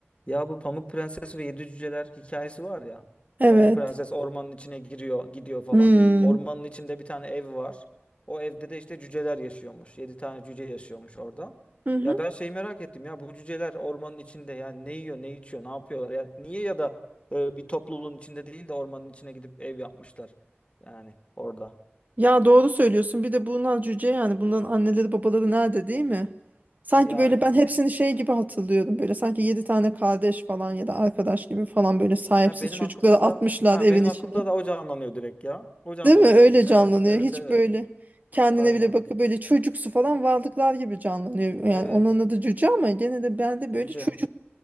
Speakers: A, on the left (about 30°); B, on the right (about 40°).
A: Ya bu Pamuk Prenses ve Yedi Cüceler hikayesi var ya.
B: Evet.
A: Pamuk Prenses ormanın içine giriyor, gidiyor falan.
B: Hmm.
A: Ormanın içinde bir tane ev var. O evde de işte cüceler yaşıyormuş. Yedi tane cüce yaşıyormuş orada.
B: Hı hı.
A: Ya ben şey merak ettim ya bu cüceler ormanın içinde yani ne yiyor, ne içiyor, ne yapıyorlar? Yani niye ya da böyle bir topluluğun içinde değil de ormanın içine gidip ev yapmışlar. Yani orada.
B: Ya doğru söylüyorsun. Bir de bunlar cüce yani. Bunların anneleri babaları nerede değil mi? Sanki
A: Yani
B: böyle ben hepsini
A: bir de
B: şey gibi hatırlıyorum. Böyle sanki yedi tane kardeş falan ya da arkadaş gibi falan böyle sahipsiz
A: ha benim
B: çocukları
A: aklımda
B: atmışlar
A: da ha
B: evin
A: benim
B: içine.
A: aklımda da o canlanıyor direkt ya. O canlanıyor.
B: Değil mi? Öyle
A: Evet,
B: canlanıyor.
A: evet,
B: Hiç
A: evet.
B: böyle kendine
A: Aynen.
B: bile bakıp böyle çocuksu falan varlıklar gibi canlanıyor. Yani
A: Evet.
B: onların adı cüce ama gene de ben de
A: Cüce.
B: böyle çocuk